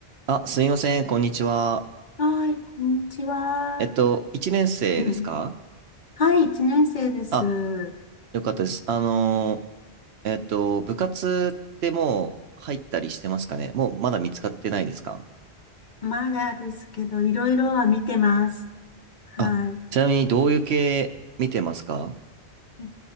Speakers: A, on the right (about 70°); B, on the left (about 45°).
A: あ、すみません、こんにちは。
B: はい、こんにちは。
A: えっと、1年生ですか
B: うんはい、一年生です。
A: あ、よかったです。あのー、えっと、部活ってもう入ったりしてますかねもうまだ見つかってないですか
B: まだですけど、いろいろは見てます。はい。
A: あ、ちなみにどういう系見てますか
B: えっ